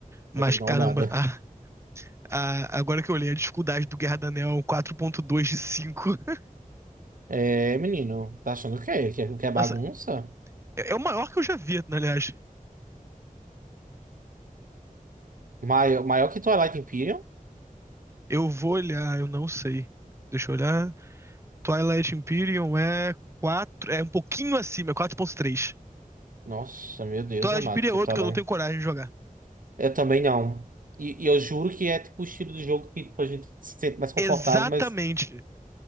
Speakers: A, on the right; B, on the right.
A: Mas,
B: Vou ter que dar
A: caramba,
B: uma olhada.
A: ah, A- agora que eu olhei a dificuldade do Guerra do Anel, é um 4.2 de 5 <laughs>
B: É, menino, tá achando o quê? Que é, que é bagunça?
A: Nossa, é é o maior que eu já vi, aliás.
B: Maior, maior que Twilight Imperium?
A: Eu vou olhar, eu não sei. Deixa eu olhar. Twilight Imperium é quatro é um pouquinho acima, é quatro ponto três
B: Nossa, meu Deus
A: Twilight
B: amado,
A: Imperium
B: que
A: é
B: Twilight.
A: outro que eu não tenho coragem de jogar.
B: Eu também não. E, e eu juro que é tipo o estilo de jogo que tipo, a gente se sente mais confortável,
A: Exatamente.
B: mas